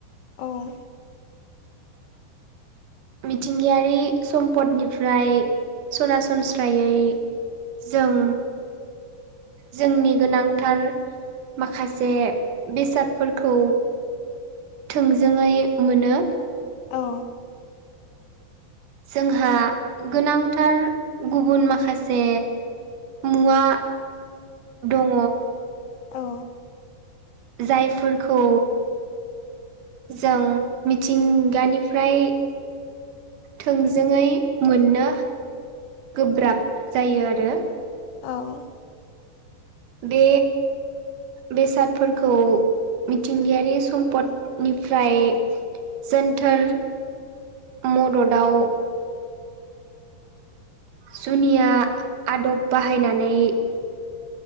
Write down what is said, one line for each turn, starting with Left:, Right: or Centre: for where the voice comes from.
Left: औ
Right: मिथिंगायारि सम्पदनिफ्राय सरासनस्रायै जों जोंनि गोनांथार माखासे बेसादफोरखौ थोंजोङै मोनो।
Left: औ
Right: जोंहा गोनांथार गुबुन माखासे मुवा दङ।
Left: औ
Right: जायफोरखौ जों मिथिंगानिफ्राय थोंजोङै मोननो गोब्राब जायो आरो।
Left: औ
Right: बे बेसादफोरखौ मिथिंगायारि सम्पदनिफ्राय जोन्टोर मददाव जुनिया आदब बाहायनानै